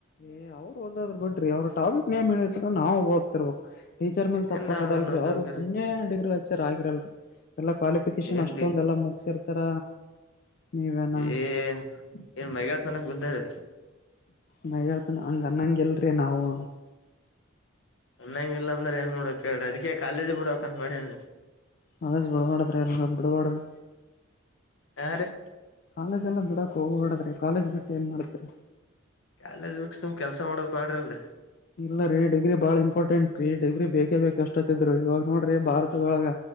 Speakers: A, on the left; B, on the left.
A: ಏ್ರು ಹದ್ರರು ಬಿಡ್ರಿ ಅವ್ರ ಟಾಪಿಕ್ ೇಮ ಹೇಳಿದತ ನಾವು ಹೋಗ್ತಿರ್ಬೇಕು ಟೀಚರ್ ಮೇಲ್ ತಪ್ಪಕದಲ್ರಿ
B: ಏನ್ ನಾವೇನ್ ಓದೋಗ್ರಿ
A: ಅವ್ರು ಸುಮ್ಮನೆ ಡಿಗ್ರಿ ವಚ್ಚಾರ ಆಗಿರಲ್ರಿ ಎಲ್ಲಾ ಕ್ವಾಲಿಫಿಕೇಶನ್
B: ಏನ್
A: ಅಷ್ಟೊಂದ ಎಲ್ಲಾ ಮುಗಸಿರ್ತಾರ ನೀವೇನ
B: ಏ ಏನ್ ಮೈಗಾ ಮನಕ್ ಬುದ್ಧಾರೆ
A: ನಯಗ ತ ನ ಗನ್ನಂಗಲ್ಲರೆ ನವು
B: ಚಣ್ಣಂಗಿಲ್ಲಾ ಅಂದ್ರ ಏನ್ ಮಾಡಡಬೇಕಕ್ ಕಿ ಅದಿ ಕಾಲೇಜಿ ಬಿಡಬೇಕಕ್ ಅ ಮಾಡ ಏನ್ರಿ
A: ಕಾಲೇಜ್ ಬಿಡಗಡ್ರೆ ಎಲ್ಲ ಬಿಡಗಡದು
B: ಹಾ ರೀ
A: ಕಾಲಜ ಎಲ್ಲ ಬಿಡಕ ಹ ಓಡದ್ರೆ ಕಾಲೇಜ್ ಬಿಟ್ಟೆ ಏನ್ ಮಾಡ್ತರಿ
B: ಕಾಾಲೇಜ್ ಬಿಟ್ಟ ಸುಮ್ ಕೆಲ್ಸ ಮಾಡೋಕ್ ಬೇಡ್ರಿಲ್ರರಿ
A: ಇಲ್ಲ ರೀ ಡಿಗ್ರಿ ಬಾಳ ಇಂಪಾರ್ಟೆಂಟ್ ರೀ ಡಿಗ್ರಿ ಬೇಕೇ ಬೇಕ ಅಷ್ಟೊತ್ತಿದ್ರು ಇವಾಗ ನೋಡ್ರಿ ಭಾರತದೊಳ
B: ಹ್ಮ್